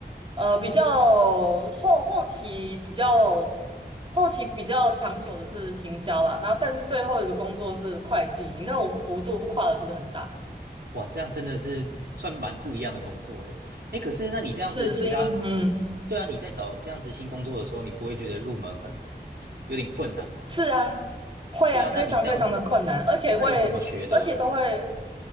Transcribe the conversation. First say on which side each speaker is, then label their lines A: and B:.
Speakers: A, on the right; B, on the right.
A: 呃比较后后期比较后期比较长久的是行销啦，然后但是最后一个工作是会计，你看我幅度跨的是不是很大？
B: 哇，这样真的是算蛮不一样的工作诶。诶，可是那你这样子，
A: 是是因嗯
B: 其他，对啊，你在找这样子新工作的时候，你不会觉得入门很有点困难吗？
A: 是啊，会啊，
B: 对啊，
A: 非常非常的困难，
B: 那你这样，
A: 而且会，
B: 那你怎么学的？
A: 而且都会，